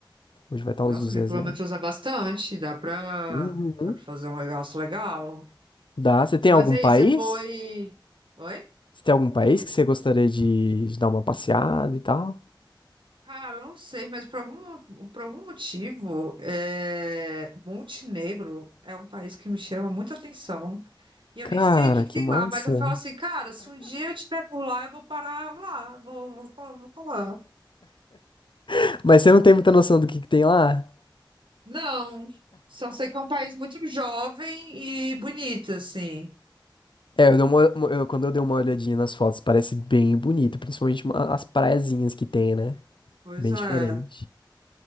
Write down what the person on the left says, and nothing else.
Hoje vai estar
uns 200
reais.
Uhum.
Dá. Você tem
algum
país?
Você tem algum país que você gostaria de, de dar uma passeada e tal?
Cara,
que
massa.
<laughs> Mas você não tem muita noção do que que tem lá?
É, eu dei uma- uma- eu- quando eu dei uma olhadinha nas fotos, parece bem bonito, principalmente uma- as praiazinhas que tem, né?
Bem
diferente.